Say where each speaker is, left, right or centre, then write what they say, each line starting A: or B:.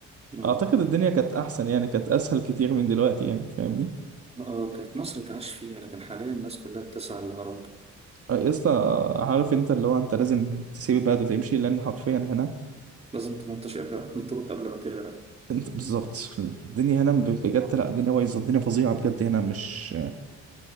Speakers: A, on the right; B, on the right.
A: مم.
B: اعتقد الدنيا كانت احسن يعني كانت اسهل كتير من دلوقتي يعني فاهمني
A: اه كانت مصر تعيش فيها لكن حاليا الناس كلها بتسعى للهرب
B: آه، يا اسطى عارف انت اللي هو انت لازم تسيب البلد وتمشي لان حرفيا هنا
A: لازم تنطش قبل تنطلق قبل ما تغرق
B: انت بالظبط الدنيا هنا ب- بجد
A: <laughs> اه
B: لا الدنيا بايظه الدنيا فظيعه بجد هنا مش